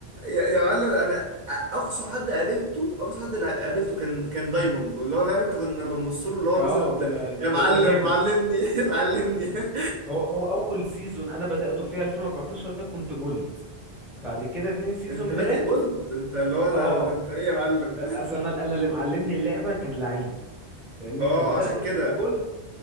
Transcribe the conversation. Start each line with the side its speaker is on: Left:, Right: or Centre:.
Right: يا يا معلم انا اقصى حد قابلته اقصى حد لا- قابلته كان كان دايموند واللي هو فاهم انت كنا بنبص له اللي
Centre: <laughs>
Right: هو
Centre: اه
Right: نظره
Centre: ده ده,
Right: يا معلم
Centre: ده جامد
Right: علمني علمني <laughs>
Centre: هو هو اول سيزون انا بدأته فيها 2014 ده كنت جولد بعد كده اتنين سيزون
Right: انت بادئ
Centre: بلات
Right: جولد انت اللي هو ده,
Centre: اه
Right: ده انت ايه يا معلم
Centre: اصل انا أنا اللي معلمني اللعبة كان لعيب
Right: <laughs>
Centre: فاهمني
Right: اه
Centre: فبدأت
Right: عشان كده
Centre: في الجولد